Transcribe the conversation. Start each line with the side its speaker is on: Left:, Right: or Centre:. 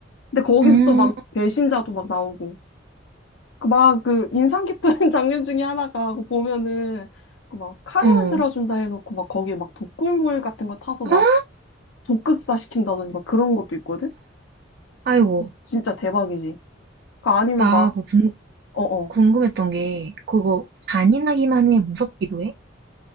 Left: 근데 거기서
Right: 응,
Left: 또 막 배신자도 막 나오고 그 막그 인상 깊은 <laughs> 장면 중에 하나가 그 보면은 그 막 카레
Right: 응.
Left: 만들어준다 해놓고 막 거기에 막 독극물 같은 거 타서
Right: 아,
Left: 막 독극사 시킨다든지 막 그런 것도 있거든.
Right: 아이고,
Left: 진짜 대박이지. 그 아니면
Right: 나
Left: 막
Right: 그거 궁,
Left: 어어.
Right: 궁금했던 게, 그거 잔인하기만 해, 무섭기도 해?